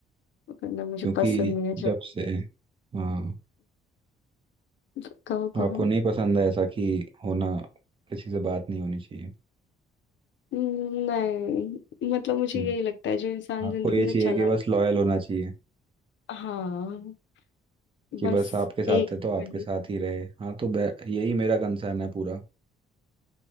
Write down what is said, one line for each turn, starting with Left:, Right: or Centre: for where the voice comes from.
Left: वरना मुझे
Right: क्योंकि
Left: पसंद नहीं है जब
Right: जब से हाँ
Left: <laughs> कहो कहो
Right: आपको नहीं पसंद है ऐसा कि होना किसी से बात नहीं होनी चाहिए
Left: हम्म, नहीं मतलब मुझे
Right: हम्म
Left: यही लगता है जो इंसान
Right: आपको
Left: जिंदगी
Right: ये
Left: से
Right: चाहिए
Left: चला
Right: कि बस लॉयल होना चाहिए
Left: हाँ
Right: कि
Left: बस
Right: बस आपके साथ
Left: एक
Right: है तो आपके
Left: condition।
Right: साथ ही रहे हाँ तो बे- यही मेरा कंसर्न है पूरा